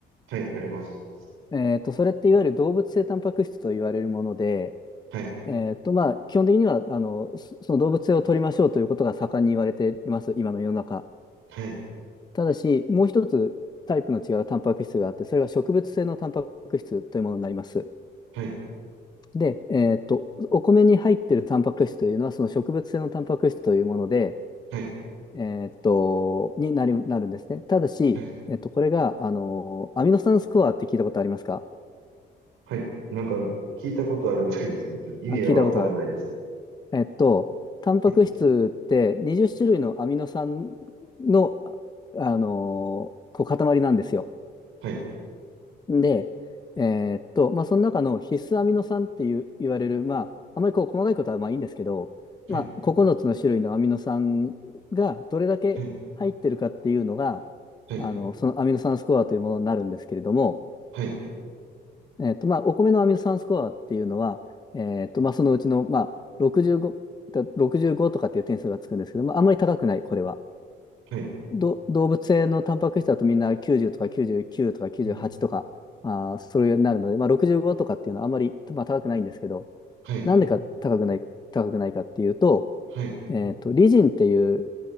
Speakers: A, on the right (about 90°); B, on the left (about 20°).
A: はい、あります。
B: えっと、それっていわゆる動物性タンパク質と言われるもので、
A: はい、
B: えっと、まあ、基本的には、あの、そその動物性を取りましょうということが盛んに言われています、今の世の中。
A: はい、
B: ただし、もう一つタイプの違うタンパク質があって、それが植物性のタンパク質というものになります。
A: はい。
B: で、えっと、お米に入っているタンパク質というのは、その植物性のタンパク質というもので、
A: はい、
B: えーっと、になり、なるんですね。ただし、
A: はい、
B: えっと、これが、あの、アミノ酸スコアって聞いたことありますか
A: はい。なんか聞いたことあるぐらいです。<laughs> 本当に。意味はわからないです。
B: あ、聞いたことある。えっと、タンパク質って20種類のアミノ酸
A: はい、
B: の、ああの、こう塊なんですよ。
A: はい、
B: で、えーっと、まあ、その中の必須アミノ酸っていう言われる、まあ、あまりこう細かいことはまあいいんですけど、
A: はい、
B: まあ、9つの種類のアミノ酸がどれだけ入ってるかっていうのが、
A: はい、は
B: あの、そのアミノ酸スコアというものになるんですけれども、
A: い、
B: えーっと、まあ、お米のアミノ酸スコアっていうのは、えーっと、まあ、そのうちの、まあ、65、だ65とかっていう点数がつくんですけど、まあ、あんまり高くない、これは。
A: はい、
B: ど、動物性のタンパク質だとみんな90とか99とか98とか、
A: うん、
B: あー、それになるので、まあ、65とかっていうのはあんまり、まあ、高くないんですけど、
A: はい、
B: なんでか高くない、高くないかっていうと、
A: はい、
B: えっと、リジンっていう